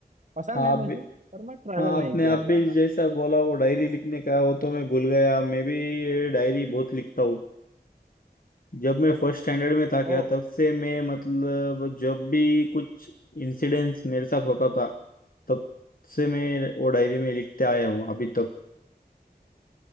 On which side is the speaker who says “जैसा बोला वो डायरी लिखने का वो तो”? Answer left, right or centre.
Left